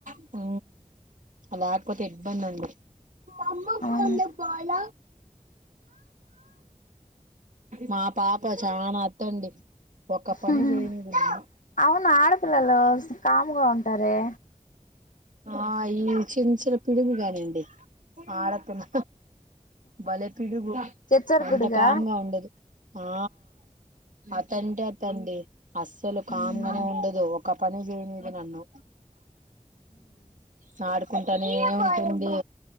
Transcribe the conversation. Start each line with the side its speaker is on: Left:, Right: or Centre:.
Right: హ లేకపోతే ఇబ్బంది అండి అమ్మా
Left: అవును
Right: పా ఉంట పోాల మా పాప చానా అత్తండి ఒక్క
Left: హహహ
Right: పని చేయనీదు నన్ను
Left: అవును ఆడపిల్లల్లో కామ్గా ఉంటారే
Right: ఆ ఈ చిన్ చిన్న పిడుగు గానిండి ఆడపిల్ల బలే పిడుగు
Left: చిచ్చర
Right: అంత
Left: పిడుగా
Right: కామ్ గా ఉండదు ఆ అతంటే అతండి అస్సలు కామ్
Left: మ్మ్
Right: గా నే ఉండదు ఒక పని చేయనిది నన్ను సార్ కుంటానే ఉంటుంది.